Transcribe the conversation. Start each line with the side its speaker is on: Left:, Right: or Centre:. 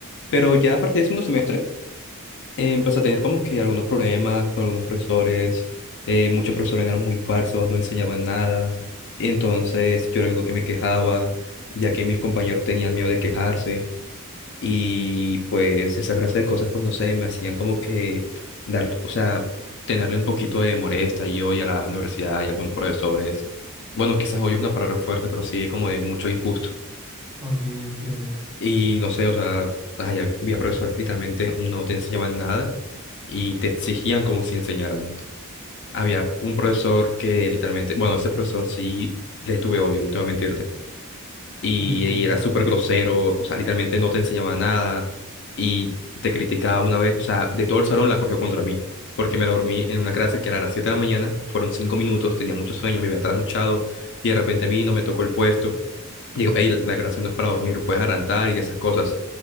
Left: Pero ya a partir del segundo semestre, eh, empecé a tener como que algunos problemas con algunos profesores, eh, muchos profesores eran muy falsos, no enseñaban nada, entonces yo era el único que me quejaba, ya que mis compañeros tenían miedo de quejarse y pues esa clase de cosas pues no sé, me hacían como que dar, o sea, tenerle un poquito de molestia y hoy a la universidad y a algunos profesores, bueno, quizás hoy es una palabra fuerte, pero sí, como de mucho disgusto.
Centre: Ok, entiendo.
Left: Y no sé, o sea, ay, había profesores que literalmente no te enseñaban nada y te exigían como si enseñaran. Había un profesor que literalmente, bueno, ese profesor sí le tuve odio, no te voy a mentirte. Y,
Centre: Entiendo.
Left: y era súper grosero, o sea, literalmente no te enseñaba nada y te criticaba una vez, o sea, de todo el salón la cogió contra mí. Porque me lo dormí en una clase que era a las 7 de la mañana, fueron 5 minutos, tenía mucho sueño, me había trasnochado y de repente vino, me tocó el puesto. Digo, hey, la clase no es para dormir, puedes adelantar y esas cosas.